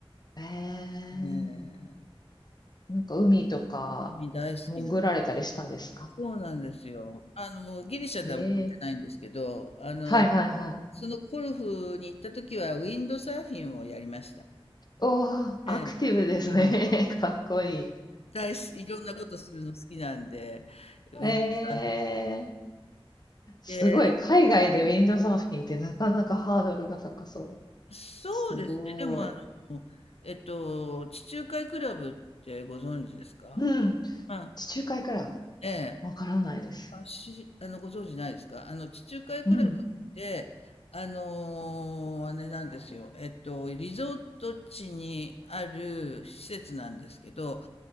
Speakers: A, on the left; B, on the left.
A: ええ
B: ええ、
A: なんか海とか
B: 本当に大好きな。
A: 潜られたりしたんですか
B: そうなんですよ。あの、ギリシャでは持ってないんですけど、
A: ええ
B: あの、
A: はいはいはい。
B: そのコルフに行った時はウィンドサーフィンをやりました。
A: おお、アクティブですね。
B: ええ、あの、
A: <laughs> かっこいい。
B: 大好き、いろんなことするの好きなんで、ウィンドサーフィン。
A: ええすごい。
B: で、
A: 海外でウィンドサーフィンってなかなかハードルが高そう。
B: そうですね。
A: すごい。
B: でも、あの、えっと、地中海クラブってご存知ですか
A: うん。
B: うん。
A: 地中海クラブ。
B: ええ。
A: わからないです。
B: あ、し、あの、ご存知ないですかあの、地中海クラブって、
A: うん。
B: あのーあれなんですよ。えっと、リゾート地にある施設なんですけど、